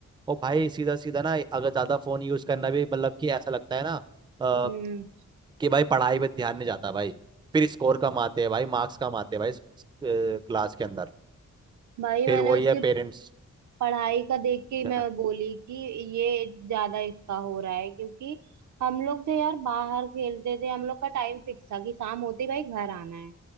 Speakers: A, on the right (about 15°); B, on the right (about 70°).
A: और भाई सीधा सीधा ना अगर ज्यादा फोन यूज करना भी मतलब कि ऐसा लगता है ना अ,
B: हम्म
A: कि भाई पढ़ाई पे ध्यान नहीं जाता भाई फिर स्कोर कम आते हैं भाई मार्क्स कम आते हैं भाई क्लास के अंदर
B: भाई
A: फिर
B: मैंने
A: वही
B: उसके
A: है पेरेंट्स
B: पढ़ाई का देख के ही
A: क्या
B: मैं बोली कि ये ज्यादा इसका हो रहा है क्योंकि हम लोग जो यार बाहर खेलते थे हम लोग का टाइम फिक्स था कि शाम होते ही भाई घर आना है